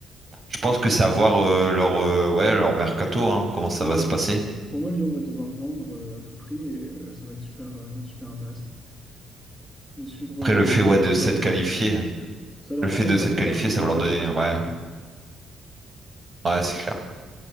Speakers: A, on the right; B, in the centre.
A: Je pense que c'est à voir euh, leur euh, ouais leur mercato hein, comment ça
B: Ouais,
A: va se passer.
B: pour moi, Lyon va devoir vendre euh, à tout prix et euh, ça va être super, euh, super intéressant de suivre
A: Après
B: euh,
A: le fait
B: ce
A: ouais
B: que
A: de
B: va faire
A: s'être
B: Lyon.
A: qualifié,
B: Ça leur
A: le fait
B: rapporte
A: de s'être
B: un peu
A: qualifié
B: d'argent,
A: ça
B: mais
A: va
B: pas
A: leur donner
B: tant que ça,
A: ouais
B: quoi. hein.
A: ouais c'est clair.